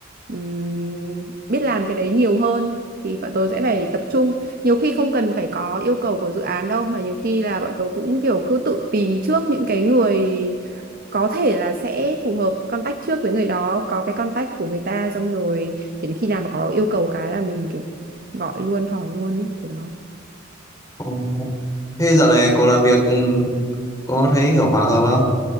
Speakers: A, on the right (about 45°); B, on the left (about 15°).
A: ừm, biết làm cái đấy nhiều hơn thì bọn tôi sẽ phải tập trung nhiều khi không cần phải có yêu cầu của dự án đâu mà nhiều khi là bọn tớ cũng kiểu cứ tự tìm trước những cái người có thể là sẽ phù hợp contact trước với người đó có cái contact của người ta xong rồi đến khi nào mà có yêu cầu cái là mình kiểu gọi luôn hỏi luôn ý kiểu đó
B: Ờ, Thế dạo này cậu làm việc ừ, có thấy kiểu hòa hợp không?